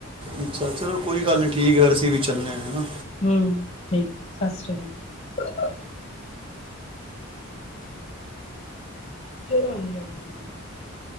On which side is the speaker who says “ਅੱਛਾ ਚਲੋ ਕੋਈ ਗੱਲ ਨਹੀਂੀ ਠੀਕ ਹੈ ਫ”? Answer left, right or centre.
Right